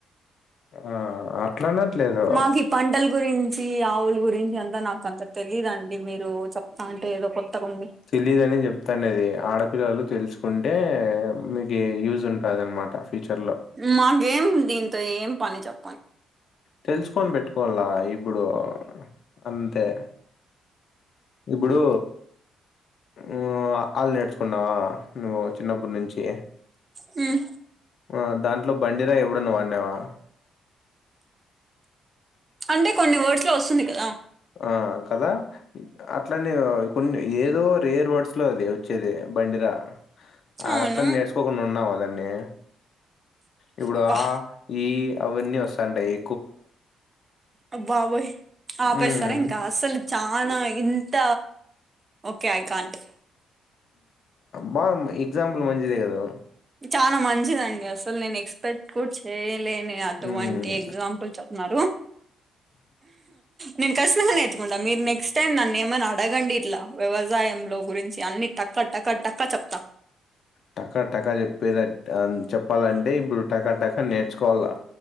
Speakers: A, on the left; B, on the right.
A: ఆ అట్లా అనట్లేదు
B: మాకు ఈ పంటల గురించి ఆవుల గురించి నాకు అంతా నాకు అంత తెలీడండి మీరు చెప్తా అంటే ఏదో నాకు కొత్తగాండి
A: తెలీదు ఆని చెప్తాండది ఆడపిల్లలు తెలుసుకుంటే మీకు యూజ్ ఉంటది. అనమాట ఫీచర్లో
B: మాకేం దీంతో ఏం పని చెప్పండి
A: తెలుసుకొని పెట్టుకోవాలా ఇప్పుడు అంతే ఇప్పుడు ఊ అ ఆళ్ళు నేర్చుకున్నావా నువ్వు చిన్నప్పుడు నుంచి
B: ఉం
A: ఆ దాంట్లో బండిరా ఎపుడన్న వాడిన్నవా
B: అంటే కొన్ని వర్డ్స్ లో వస్తుంది కదా
A: ఆ కదా అట్లనే కొన్ని ఏదో రేర్ వర్డ్స్ లో అది వచ్చేది బండిరా
B: అవును
A: అట్లని నేర్చుకోకుండా ఉన్నావ దాన్ని ఇప్పుడు
B: అబ్బా
A: ఆ ఈ అవన్నీ వస్తాండయి
B: అ బ్బాబోయ్ ఆపేస్తారా
A: ఉమ్
B: ఇంకా అస్సలు చానా ఇంత ఓకే ఐ కాంట్
A: బాగా ఎగ్జాంపుల్ మంచిదే కదా
B: చానా మంచిదండి అసలు నేను ఎక్స్ట్ ఎక్స్పెక్ట్ కూడా అటువంటి
A: ఉమ్
B: ఎగ్జాంపుల్ చెప్పి న్నారు నేను కఖచ్చింగా నేర్చుకుంట మీరు నెక్స్ట్ టైమ్ నన్న ఏమని ఆర్ అడగండి ఇట్లా వ్యవసాయం లో గురించి అన్ని టక్క టక్క టక్క చెప్తా
A: టకా టకా చెప్పేది అంటే ఆ చెప్పాలంటే ఇప్పుడు టకా టకా నేర్చుకోవాలా